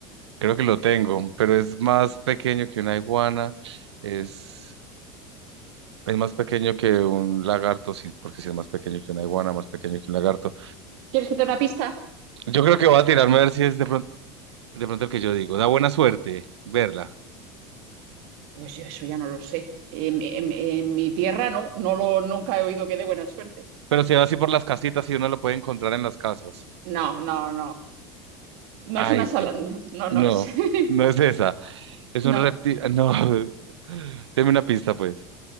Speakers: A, on the right; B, on the right.
A: creo que lo tengo, pero es más pequeño que una iguana. Es, es más pequeño que un lagarto, sí, porque si es más pequeño que una iguana, más pequeño que un lagarto.
B: ¿Quieres que te dé una pista?
A: Yo creo que voy a tirarme a ver si es de pronto. de pronto el que yo digo, da buena suerte verla.
B: Pues yo eso ya no lo sé. En, en- en mi tierra no, no lo, nunca he oído que dé buena suerte.
A: Pero se va así por las casitas y uno lo puede encontrar en las casas.
B: No, no, no. No
A: Ay,
B: es una
A: di-
B: sala, no, no,
A: no,
B: no es. <laughs>
A: no es esa. Es
B: No.
A: un reptil. ah, No, <laughs> deme una pista, pues.